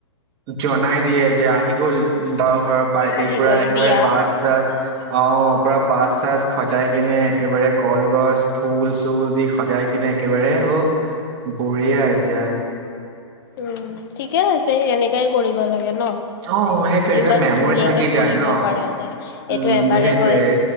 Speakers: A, on the right; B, on the left.
A: জনাই দিয়ে যে আহি গ'ল দৰা ঘৰ পাৰ্টিৰ
B: আহি
A: পৰা
B: গ'ল
A: একেবাৰে
B: বিয়া
A: বাছ চাছ অ পূৰা বাছ চাছ সজাই কিনে একেবাৰে কলগছ ফুল চুল দি সজাই কিনে একেবাৰে অ বৰিয়া আৰু এতিয়া।
B: উম ঠিকে আছে এনেকাই কৰিব লাগে। ন
A: অ সেইটোৱে
B: যিমান
A: এয়া মেমৰি
B: ধুনীয়াকে
A: থাকি যায়
B: কৰিব
A: ন
B: পৰা যায়
A: উম
B: এইটো এবাৰে
A: সেইটোৱে
B: হয়